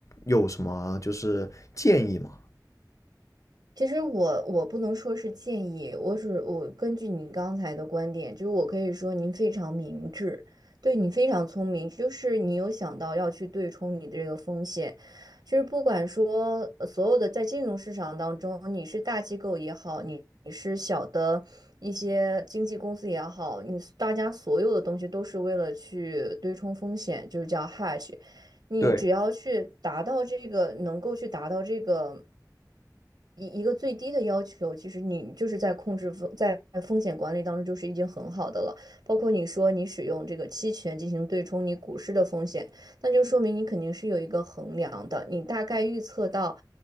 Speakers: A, on the left; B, on the right.
A: 有什么就是建议吗？
B: 其实我我不能说是建议，我只我根据你刚才的观点，就是我可以说您非常明智，对你非常聪明，就是你有想到要去对冲你的这个风险，就是不管说呃所有的在金融市场当中，你是大机构也好，你你是小的一些经纪公司也好，你大家所有的东西都是为了去对冲风险，就是叫 h a d g e 你只要去达到这个，
A: 对。
B: 能够去达到这个。一一个最低的要求，其实你就是在控制风，在风险管理当中就是已经很好的了。包括你说你使用这个期权进行对冲你股市的风险，那就说明你肯定是有一个衡量的，你大概预测到